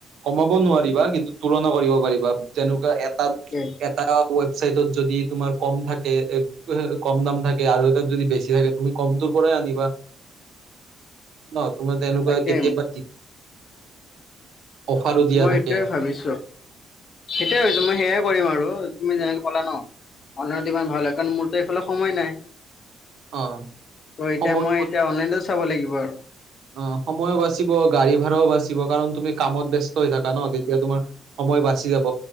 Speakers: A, on the right (about 70°); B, on the left (about 50°).
A: কমাব নোৱাৰিবা, কিন্তু তুলনা কৰিব পাৰিবা যেনেকুৱা এটাত
B: তাকে
A: এটা ৱেবছাইটত যদি তোমাৰ কম থাকে কম দাম থাকে আৰু এটাত যদি বেছি থাকে তুমি কমটো তো পৰাই আনিবা। ন তোমাৰ তেনেকুৱা
B: তাকে
A: কেতিয়াবা, অফাৰো দিয়া
B: মই
A: থাকে
B: সেইটোয়ে ভাবিছো সেইটোয়ে ভাবিছো। মই সেইয়াই কৰিম আৰু তুমি যেনেকে কলা ন, অনলাইন ভাল হয় কাৰণ মোৰ এইফালে সময় নাই
A: অ
B: ত এতিয়া
A: সময়
B: মই এতিয়া অনলাইনে চাব লাগিব আৰু
A: অ সময়ো বাচিব গাড়ী ভাড়াও বাচিব কাৰণ তুমি কামত ব্যস্ত হৈ থাকা ন তেতিয়া তোমাৰ সময় বাচি যাব